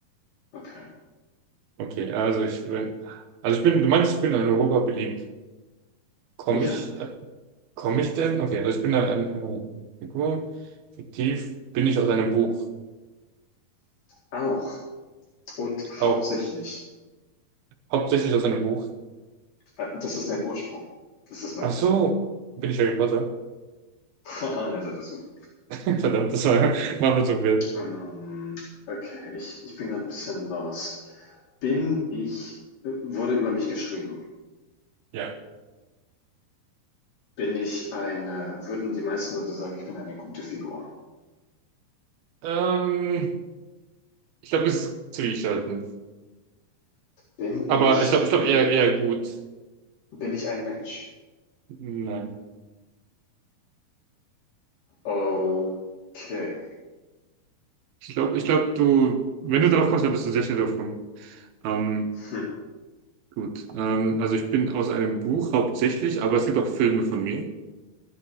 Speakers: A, on the left (about 60°); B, on the right (about 75°).
A: Okay.
B: Okay, also ich bin, also ich bin, du meinst, ich bin in Europa beliebt. Komme ich,
A: Ja,
B: äh, komme ich denn? Okay, also ich bin eine, eine Figur. Fiktiv bin ich aus einem Buch.
A: auch. Und hauptsächlich.
B: Au, hauptsächlich aus einem Buch.
A: Äh, das ist dein Ursprung. Das ist mein
B: Ach
A: Tipp.
B: so, bin ich Harry Potter?
A: Haha, <laughs> netter Versuch.
B: <laughs> Verdammt, das war, war mir so wert.
A: Ähm, okay, ich, ich bin gerade ein bisschen lost. Bin ich äh, wurde über mich geschrieben.
B: Ja.
A: Bin ich eine würden die meisten Leute sagen, ich bin eine gute Figur?
B: Ähm, ich glaube, es ist zwiegespalten.
A: Bin
B: Aber
A: ich
B: ich glaube, ich
A: Men
B: glaube eher, eher gut.
A: bin ich ein Mensch?
B: Nein.
A: Okay.
B: Ich glaube, ich glaube, du, wenn du drauf kommst, dann bist du sehr schnell drauf kommen. Ähm,
A: Hm.
B: Gut, ähm, also ich bin aus einem Buch hauptsächlich, aber es gibt auch Filme von mir.